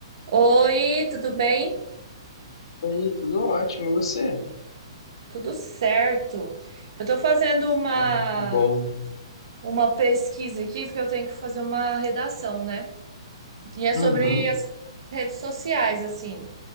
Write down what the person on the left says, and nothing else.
Oi, tudo ótimo, e você?
Ah, que bom.
Uhum.